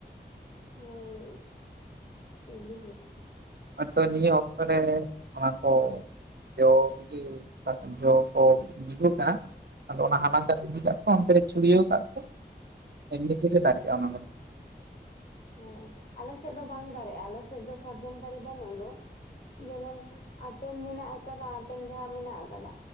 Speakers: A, on the left; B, on the right.
A: ᱦᱳᱭ ᱤᱫᱤ ᱦᱩᱭᱩᱜ
B: ᱟᱨ ᱛᱚᱵᱮ ᱱᱤᱭᱟᱹ ᱚᱠᱛᱚ ᱨᱮ ᱚᱱᱟ ᱠᱚ ᱡᱚ <unintelligible> ᱡᱚ ᱠᱚ ᱧᱩᱨᱩ ᱟᱠᱟᱱᱟ ᱟᱫᱚ ᱚᱱᱟ ᱦᱟᱞᱟᱝ ᱠᱟᱛᱮ ᱤᱫᱤ ᱠᱟᱜ ᱯᱮ ᱚᱱᱛᱮ ᱨᱮ ᱪᱷᱩᱲᱭᱟᱹᱣ ᱠᱟᱜ ᱯᱮ ᱮᱢᱱᱤ ᱛᱮᱜᱮ ᱫᱟᱨᱮᱜᱼᱟ ᱚᱱᱟ ᱫᱚ
A: ᱦᱮᱸ ᱟᱞᱮ ᱥᱮᱫ ᱫᱚ ᱵᱟᱝ ᱫᱟᱨᱮᱜᱼᱟ ᱟᱞᱮ ᱥᱮᱫ ᱫᱚ ᱥᱟᱨᱡᱚᱢ ᱫᱟᱨᱮ ᱵᱟᱹᱱᱩᱜ ᱫᱚ ᱡᱮᱢᱚᱱ ᱟᱴᱮᱱ ᱢᱮᱱᱟᱜ ᱟᱠᱟᱫᱟ ᱟᱴᱮᱱ <unintelligible> ᱢᱮᱱᱟᱜ ᱟᱠᱟᱫᱟ